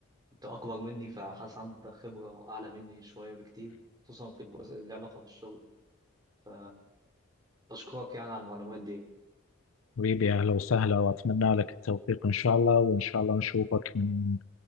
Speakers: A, on the right; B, on the left.
A: انت اكبر مني فحاسس عندك خبرة اعلى مني شوية بكتير خصوصا في الجزء اللي له علاقة بالشغل ف بشكرك يعني على المعلومات دي
B: حبيبي أهلا وسهلا وأتمنى لك التوفيق إن شاء الله وإن شاء الله نشوفك من